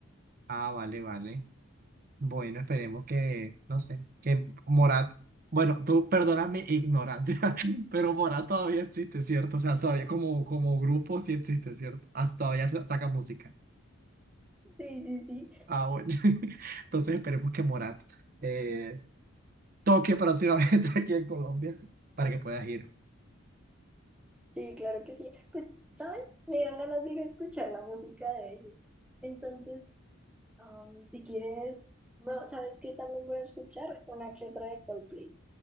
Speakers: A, on the right; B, in the centre.
A: Ah, vale, vale. Bueno, esperemos que, no sé, que Morat, bueno, tú perdona mi ignorancia, <laughs> pero Morat todavía existe, ¿cierto? O sea, todavía como, como grupo sí existe, ¿cierto? Hasta todavía sa- saca música.
B: Sí, sí, sí,
A: Ah, bueno. <laughs> Entonces esperemos que Morat eh, toque próximamente <laughs> aquí en Colombia para que puedas ir.
B: sí, claro que sí. Pues, ¿sabes? Me dieron ganas de ir a escuchar la música de ellos. Entonces, am, si quieres, bueno, ¿sabes qué? También voy a escuchar una que otra de Coldplay.